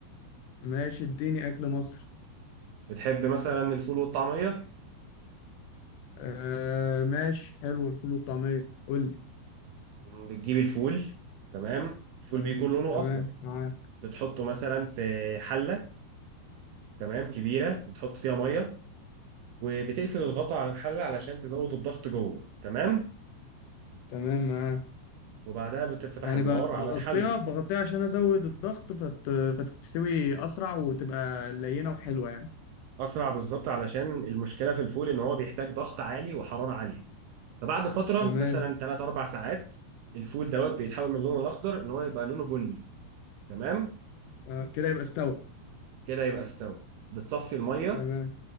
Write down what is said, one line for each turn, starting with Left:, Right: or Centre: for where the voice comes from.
Left: ماشي اديني اكل مصر
Right: بتحب مثلا الفول والطعمية
Left: أه، ماشي حلو الفول والطعمية قول لي
Right: بتجيب الفول تمام الفول
Left: أيوة،
Right: بيكون لونه
Left: تمام
Right: اخضر
Left: معاك
Right: بتحطه مثلا في حلة تمام كبيرة بتحط فيها مية وبتقفل الغطا على الحلة علشان تزود الضغط جوه تمام
Left: تمام معاك
Right: وبعدها بتفتح
Left: يعني
Right: النار
Left: ب- بغطيها
Right: على الحل
Left: بغطيها عشان ازود الضغط فت... فتستوي اسرع وتبقى لينة وحلوة يعني
Right: اسرع بالظبط علشان المشكلة في الفول ان هو بيحتاج ضغط عالي وحرارة عالية فبعد فتره
Left: تمام
Right: مثلا 3 4 ساعات الفول دوت بيتحول من لونه الاخضر ان هو يبقى لونه بني تمام
Left: أه، كده يبقى استوى
Right: كده يبقى استوى بتصفي الميه
Left: تمام